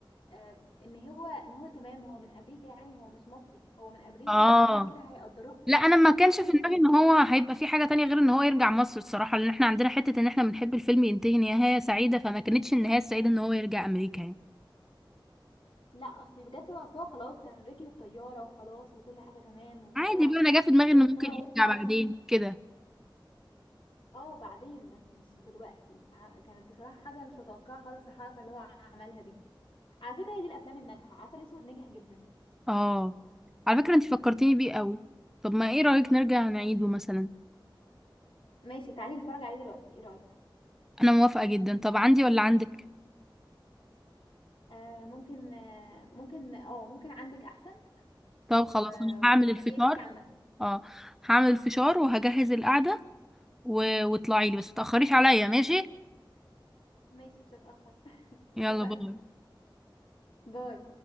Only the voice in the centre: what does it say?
اه
لا انا ما كانش
في دماغي ان هو هيبقى في حاجه تانية غير ان هو يرجع مصر الصراحه لان احنا عندنا حته ان احنا بنحب الفيلم ينتهي نهايه سعيده فما كانتش النهايه السعيده ان هو يرجع امريكا يعني
عادي بقى انا جا في دماغي
انه ممكن
يرجع
بعدين كده
اه على فكره انت فكرتيني بيه قوي طب ما ايه رايك نرجع نعيده مثلا
انا موافقه جدا طب عندي ولا عندك
طب خلاص
انا
هعمل الفشار
اه هعمل الفشار وهجهز القعده و... واطلعي لي بس متاخريش عليا ماشي
يلا
باي